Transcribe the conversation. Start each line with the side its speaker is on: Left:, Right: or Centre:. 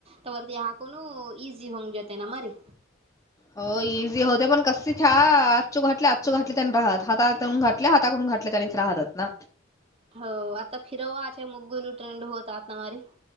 Right: तर कोण इझी होऊंग जते ना मारी
Left: हो इझी होते पण कससेथ्या आजचू घाातले आजचू घातले त्यांनी राहत हातातून घातले हाताकडून घातले त्यानी राहतात ना
Right: हो आता फिरववाच्या मुगगुनू ट्रेंड होतात ना मारी